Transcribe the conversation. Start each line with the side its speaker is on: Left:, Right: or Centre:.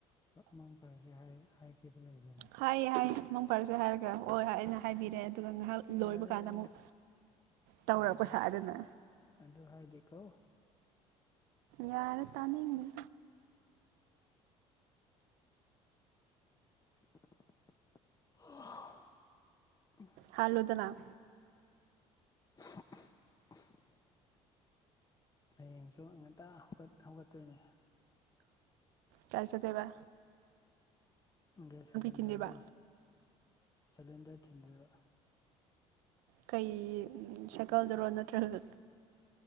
Left: ꯃꯪ ꯐꯔꯁꯤ ꯍꯥꯏꯈꯤꯕ ꯂꯩꯕ꯭ꯔꯅꯤ <inaudible>
Right: ꯍꯥꯏꯌꯦ ꯍꯥꯏꯌꯦ ꯃꯪ ꯐꯔꯁꯦ ꯍꯥꯏꯔꯒ ꯍꯣꯏ ꯑꯩꯅ ꯍꯥꯏꯕꯤꯔꯦ ꯑꯗꯨ ꯑꯗꯨꯒ ꯉꯥꯏꯍꯥꯛ ꯂꯣꯏꯕ
Left: ꯌꯥꯔꯦ
Right: ꯀꯥꯟꯗ
Left: ꯌꯥꯔꯦ
Right: ꯑꯃꯨꯛ ꯇꯧꯔꯛꯄꯁꯗꯅ
Left: ꯑꯗꯨ ꯍꯥꯏꯗꯦ ꯑꯗꯨ ꯍꯥꯏꯗꯤꯀꯣ
Right: ꯌꯥꯔꯦ ꯇꯥꯅꯤꯡꯗꯦ
Left: ꯑꯣ <inaudible>
Right: ꯍꯥꯜꯂꯣꯗꯅ
Left: <inaudible> ꯍꯌꯦꯡꯁꯨ ꯉꯥꯜꯇ ꯍꯧꯒꯠ ꯍꯧꯒꯠꯇꯣꯏꯅꯦ
Right: ꯀꯥꯢ ꯆꯠꯇꯣꯢꯕ
Left: ꯒ꯭ꯌꯥꯁ ꯁꯤꯂꯤꯟꯗꯔꯗꯨ
Right: ꯊꯤꯟꯗꯣꯏꯕ
Left: ꯁꯤꯂꯤꯟꯗꯔ ꯊꯤꯟꯕꯤꯕ
Right: ꯀꯩ ꯁꯥꯏꯀꯜꯗꯔꯣ ꯅꯠꯇ꯭ꯔꯒ